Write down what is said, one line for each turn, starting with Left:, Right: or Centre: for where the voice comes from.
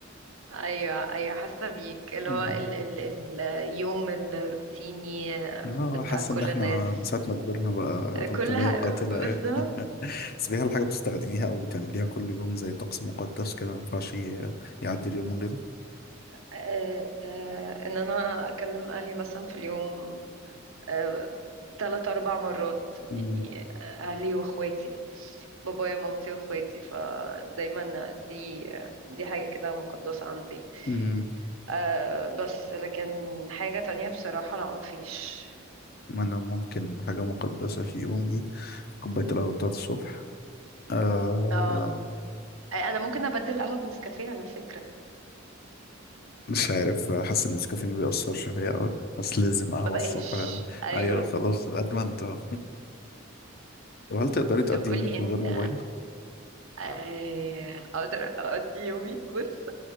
Right: أيوه أيوه حاسة بيك اللي
Left: مم.
Right: هو ال ال اليوم الروتيني
Left: اه
Right: بتاع
Left: حاسس
Right: كل
Left: ان احنا
Right: الناس
Left: من ساعة ما كبرنا بقى روتينية
Right: كلها
Left: قاتلة
Right: بالظبط
Left: ايه بس فيها الحاجة بتستخدميها او بتعمليها كل يوم زي طقس مقدس كده ما ينفعش ي- يعدي اليوم من غيره
Right: آه، آه، ان انا اكلم اهلي مثلا في اليوم آه، تلات اربع مرات
Left: مم.
Right: يعني اهلي واخواتي بابايا ومامتي واخواتي فدايما دي دي حاجة كده مقدسة عندي
Left: مم.
Right: أه بس لكن حاجة تانية بصراحة لا مفيش
Left: انا ممكن حاجة مقدسة في يومي كوباية القهوة بتاعت الصبح آه.
Right: اه انا ممكن ابدل قهوة بنسكافيه على فكرة
Left: مش عارف حاسس ان النسكافيه بيأثر شوية أوي بس لازم قهوة
Right: ما بقاش
Left: الصبح
Right: ايوه
Left: أيوة خلاص أدمنت أهو. طب هل تقدري تقضي
Right: طب قولي
Left: يومك
Right: انت
Left: من غير موبايل؟
Right: آه، اقدر اقضي يومي بص